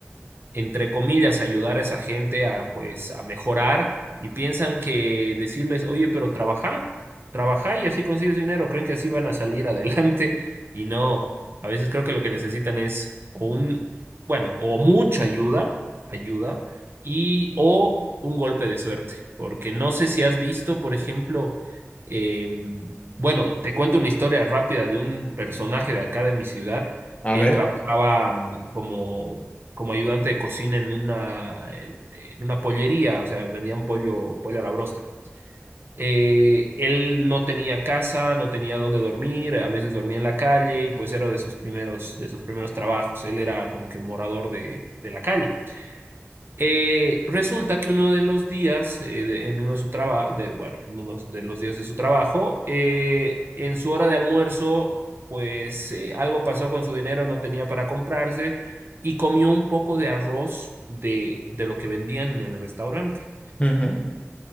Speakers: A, on the right (about 50°); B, on the left (about 30°).
A: entre comillas, ayudar a esa gente a, pues, a mejorar y piensan que decirles, oye, pero trabaja, trabaja y así consigues dinero, creen que así van a salir <laughs> adelante y no, a veces creo que lo que necesitan es o un, bueno, o mucha ayuda, ayuda, y o un golpe de suerte, porque no sé si has visto, por ejemplo, em, bueno, te cuento una historia rápida de un personaje de acá de mi ciudad.
B: A
A: Él
B: ver.
A: trabajaba mm, como como ayudante de cocina en una, en una pollería, o sea, vendían pollo, pollo a la broster. Eh, él no tenía casa, no tenía dónde dormir, a veces dormía en la calle y pues era de sus primeros, de sus primeros trabajos. Él era como que morador de, de la calle. Eh, resulta que uno de los días, eh, de- en uno de su traba- de, bueno, en uno de los días de su trabajo, eh, en su hora de almuerzo, pues eh, algo pasó con su dinero, no tenía para comprarse y comió un poco de arroz de, de lo que vendían en el restaurante.
B: Ujú,